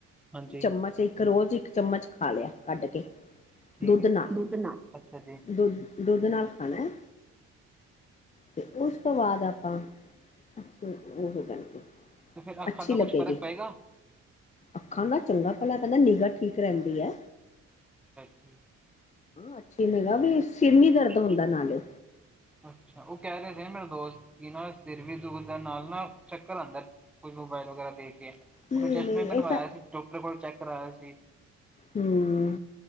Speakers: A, in the centre; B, on the left (about 25°).
A: ਹਾਂਜੀ।
B: ਚਮਚ ਇੱਕ ਰੋਜ਼ ਇੱਕ ਚਮਚ ਖਾ ਲਿਆ, ਕੱਢ ਕੇ
A: ਠੀਕ
B: ਦੁੱਧ
A: ਹੈ,
B: ਨਾ।
A: ਨਾਲ। ਅੱਛਾ ਜੀ।
B: ਦੁੱਧ, ਦੁੱਧ ਨਾਲ ਖਾਣਾ। ਤੇ ਉਸ ਤੋਂ ਬਾਅਦ ਆਪਾਂ ਅੱਛਾ, ਓਦੇ ਕਰਕੇ।
A: ਤੇ ਫੇਰ ਅੱਖਾਂ
B: ਅੱਛੀ
A: ਦਾ
B: ਲੱਗੇਗੀ।
A: ਕੁਛ ਫ਼ਰਕ ਪਏਗਾ,
B: ਅੱਖਾਂ ਦਾ ਚੰਗਾ ਭਲਾ ਕੈਂਦੇ ਨਿਗਾਅ ਠੀਕ ਰੈਂਦੀ ਐ।
A: ਹਂ।
B: ਅੱਛੇ ਨਿਗਾਅ ਵੀ। ਸਿਰ ਨੀਂ ਦਰਦ
A: ਚੰਗੀ
B: ਹੁੰਦਾ
A: ਤਰ੍ਹਾਂ
B: ਨਾਲ।
A: ਅੱਛਾ, ਓ ਕੈ ਰਹੇ ਸੀ ਮੇਰਾ ਦੋਸਤ ਕਿ ਨਾ ਸਿਰ ਵੀ ਦੁੱਖ ਦਾ ਨਾਲ ਨਾ ਚੱਕਰ ਆਂਦਾ। ਕੁਝ ਮੋਬਾਇਲ ਵਗੈਰਾ ਦੇਖ ਕੇ।
B: ਨਹੀਂ
A: ਉਹਨੇ ਚਸ਼ਮੇ
B: ਨਹੀਂ
A: ਬਣਵਾਇਆ
B: ਇਹ ਤਾਂ
A: ਸੀ। ਡਾਕਟਰ ਕੋਲ ਚੈੱਕ ਕਰਵਾਇਆ ਸੀ।
B: ਹੂੰ,